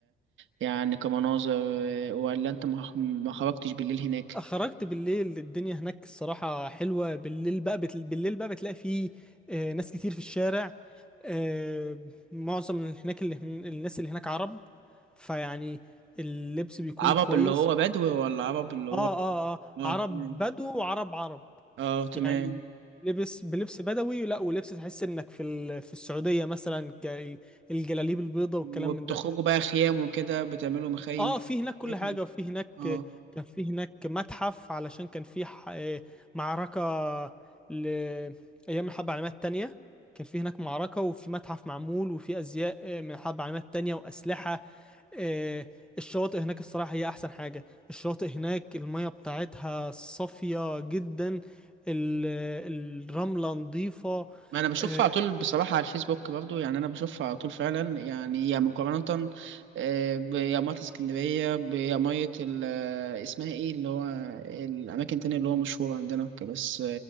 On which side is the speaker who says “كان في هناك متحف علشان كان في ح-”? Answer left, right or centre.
Centre